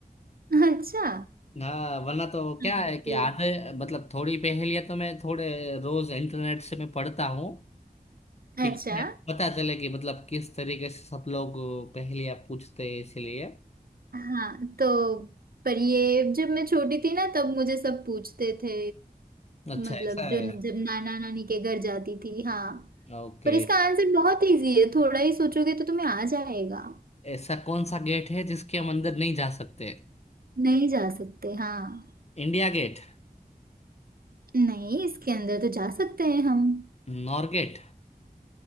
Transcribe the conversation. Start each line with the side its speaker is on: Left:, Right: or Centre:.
Right: अच्छा
Left: हाँ वरना तो क्या
Right: हम्म।
Left: है कि आधे मतलब थोड़ी पहेलियां तो मैं थोड़े रोज इंटरनेट से मैं पढ़ता हूँ ठीक
Right: अच्छा
Left: है पता चले कि मतलब किस तरीके से सब लोग पहेलियां पूछते हैं इसलिए
Right: हाँ तो पर ये जब मैं छोटी थी ना तब मुझे सब पूछते थे
Left: अच्छा
Right: मतलब
Left: ऐसा है
Right: जो जब नाना नानी के घर जाती थी हाँ
Left: ओके
Right: पर इसका आंसर बहुत इजी है थोड़ा ही सोचोगे तो तुम्हें आ जाएगा
Left: ऐसा कौन सा गेट है जिसके हम अंदर नहीं जा सकते
Right: नहीं जा सकते हाँ
Left: India Gate
Right: नहीं इसके अंदर तो जा सकते हैं हम
Left: नॉर गेट